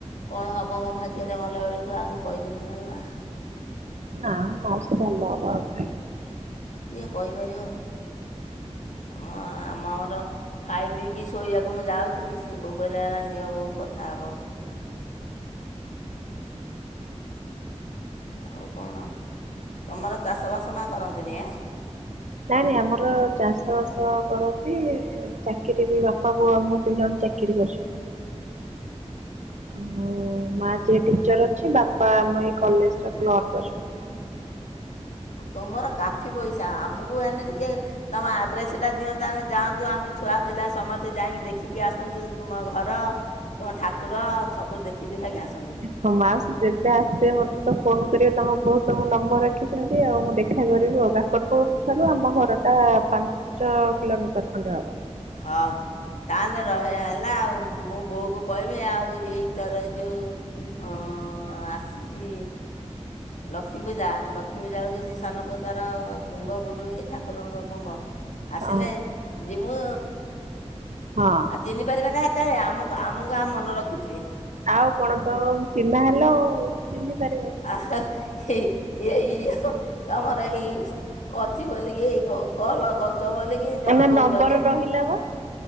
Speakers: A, on the left; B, on the right.
A: କଣ ହବ ମୋ ଭାଗ୍ୟରେ ମଲାବେଳୁକୁ ଆଉ ମୁଁ କହିପାରିବିନା ଲୋ ମା।
B: ନାଁ ମାଉସି ଭଲ ହବ ଆଉ କାଇଁ।
A: କିଏ କହିପାରିବ ତମ ଆମର ଖାଇ ପିଇକି ଶୋଇବାକୁ ମୁଁ ଯାଉଚି ସିଏ ବୋହୁ କହିଲା କହିଲା ନିଅ ବୋଉ କଥା ହବ। ଆଉ କଣ ତମର ଚାଷବାସ ମା କରନ୍ତିନି ଆଁ।
B: ନାଇଁ ନାଇଁ ଆମର ଚାଷ ବାସ କରନ୍ତି ଚାକିରି ବି ବାପା ବୋଉ ଆମର ଦି ଜଣ ଚାକି କିରି କରିଛନ୍ତି। ଆଉ ମୋ ମା ଯିଏ ଟିଚର ଅଛି ବାପା ଆମ ଏଇ କଲେଜରେ କ୍ଲର୍କ ଅଛନ୍ତି।
A: ଆ ତମର କାଫି ପଇସା ଆମୁକୁ ହେନେ ଟିକେ ତମ ଆଡ୍ରେସେଟା ଦିଅନ୍ତ ଆମେ ଯାଆ ନ୍ତୁ ଆମେ ଛୁଆ ପିଲା ସମସ୍ତେ ଯାଇକି ଦେଖିକି ଆସନ୍ତୁ ତୁମ ଘର ତୁମ ଠାକୁ ର ସବୁ ଦେଖି ଦୁଖାଇକି ଆସନ୍ତୁ।
B: ହଁ ମାଉସି ଯେବେ ଆସିବେ ମତେ ତ ଫୋନ କରିବେ ତମ ବୋହୁ ତ ମୋ ନମ୍ବର ରଖିଛନ୍ତି ଆଉ ମୁଁ ଦେଖା କରିବି ଆଉ। କାକଟପୁରୁ ଠାରୁ ଆମ ଘର ଟା ପାଞ୍ଚ କିଲମିଟର ଖଣ୍ଡେ ହବ।
A: ହଉ। ତାହାନେ ରହ ହେ ହେଲା ଆଉ ମୁଁ ବୋହୁକୁ କହିବି ଆଉ ଏଇ ଥର ଯେଉଁ ଅଁ ଆସିଚି ଲକ୍ଷ୍ମୀ ପୂଜା ଲକ୍ଷ୍ମୀ ପୂଜା ବେଳୁକୁ ସେ ସାନ ପୁଅ ତାର କୁମ୍ଭ ବୁଡୁଏ ଠାକୁରଙ୍କ କୁମ୍ଭ। ଆସନେ
B: ହଁ
A: ଯିମୁଁ
B: ହଁ।
A: ଆଉ ଚିହ୍ନି ପାରିବେ ନା ହେତୋବେଳେ ଆମକୁ ଆମୁକୁ ଆଉ ମନ ରଖିଥିବେ।
B: ଆଉ କଣ ତ ଚିହ୍ନା ହେଲ ଆଉ ଚିହ୍ନି ପାରି
A: ଆଉ ହେଇ ଏଇ। <unintelligible> ତମର ଏଇ ଅଛି ବୋଲିକି ଏଇ କ କଲ କରୁଚ ବୋଲି କି ତମେ
B: ନା
A: କୋହୁଚ
B: ନମ୍ବର
A: କେତ୍
B: ରହିଲା ବା